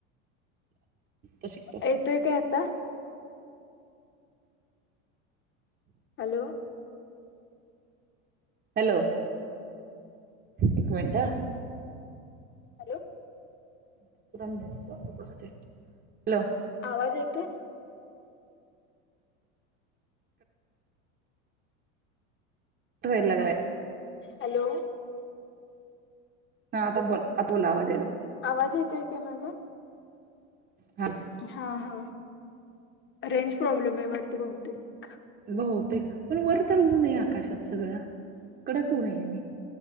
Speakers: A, on the right; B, on the left.
A: हॅलो
B: येतोय काय आत्ता? हॅलो!
A: हॅलो! एक मिनट ह.
B: हॅलो!
A: दुसरा नेट चालू करते, हॅलो!
B: आवाज यतोय?
A: कट व्हायला लागलाय
B: हॅलो!
A: हा, आता बोल आता बोला आवा
B: आवाज येतोय, काय माझा?
A: हा
B: हा हा, रेंज प्रॉब्लेम आहे वाटत बहुतेक.
A: होतय, पण वर तर ऊन आहे आकाशात. सगळं कडक ऊन आहे आणि